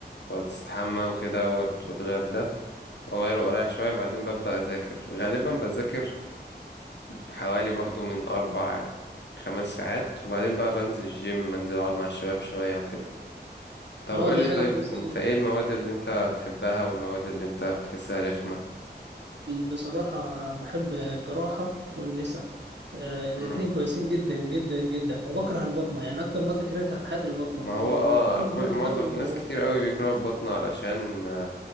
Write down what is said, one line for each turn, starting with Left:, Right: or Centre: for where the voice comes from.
Left: بستحمى وكده وات- واتغدى واغير واريح شوية بعدين ببدأ اذاكر غالبا بذاكر حوالي برضو من أربع خمس ساعات وبعدين بقى بنزل الجيم منزل أقعد مع الشباب شوية وكده طب
Right: اه
Left: قولي
Right: دي حاجة
Left: طيب
Right: كويسة
Left: أنت
Right: جدا
Left: إيه المواد اللي أنت بتحبها والمواد اللي أنت بتحسها رخمة؟
Right: بصراحة بحب الجراحة والنساء آه، الاتنين
Left: مم.
Right: كويسين جدا جدا جدا وبكره البطنة يعني أكتر مادة كرهتها في حياتي البطنة
Left: ما
Right: وكل
Left: هو اه كل
Right: طلاب الطب
Left: معظم
Right: بيكرهوها
Left: ناس كتير قوي بيكرهوا البطنة علشان آه،